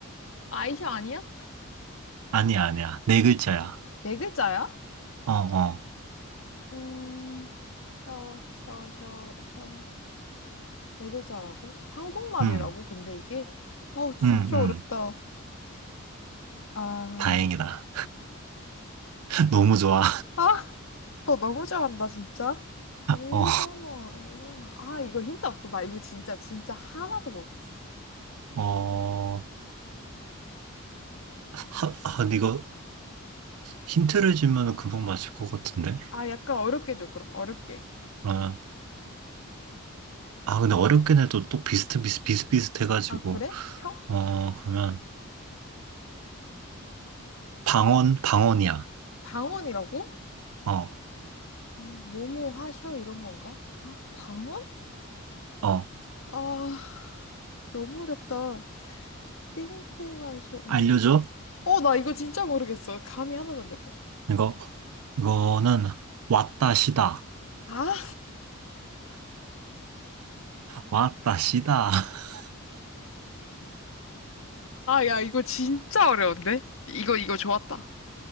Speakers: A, on the left (about 65°); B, on the right (about 85°).
A: 아이셔 아니야?
B: 아니야, 아니야. 네 글자야.
A: 네 글자야?
B: 어, 어,
A: 음, 셔, 셔, 셔, 셔. 네 글자라고? 한국말이라고?
B: 음,
A: 근데 이게? 아우, 진짜
B: 음, 음.
A: 어렵다. 아,
B: 다행이다.
A: 이-
B: <laughs> 너무 좋아.
A: 아, 너 너무 잘한다, 진짜. 일본어,
B: 어,
A: 일본어. 아, 이거 힌트 없어. 나 이거 진짜, 진짜 하나도 모르겠어.
B: 어, 하, 아, 근데 이거 힌트를 주면 금방 맞을 것 같은데?
A: 아, 약간 어렵게 줘, 그럼. 어렵게.
B: 그러면 아 근데 어렵긴 해도 또 비슷 비슷 비슷비슷해가지고
A: 아, 그래? 혀?
B: 어 그러면
A: 셔.
B: 방언 방언이야.
A: 방언이라고?
B: 어
A: 아 뭐뭐 하셔, 이런 건가? 아, 방언?
B: 어
A: 아, 너무 어렵다. 땡땡하쇼.
B: 알려줘?
A: 어, 나 이거 진짜 모르겠어. 감이 하나도 안 잡혀.
B: 이거 이거는 왔다시다
A: 아,
B: 왔다시다. <laughs>
A: 아, 야, 이거 진짜 어려운데? 이거, 이거 좋았다.